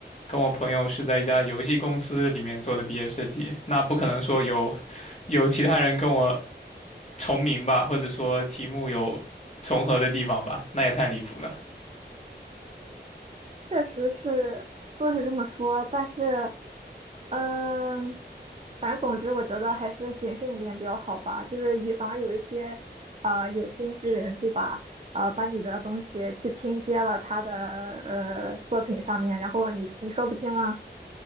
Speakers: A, on the left (about 40°); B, on the right (about 35°).
A: 跟我朋友是在一家游戏公司里面做的毕业设计，那不可能说有有其他人跟我重名吧，或者说题目有重合的地方吧，那也太离谱了。
B: 确实是说是这么说，但是，嗯、反正总之，我觉得还是谨慎一点比较好吧，就是以防有一些啊，有心之人，对吧？啊，把你的东西去拼接了他的呃作品上面，然后你你说不清啊。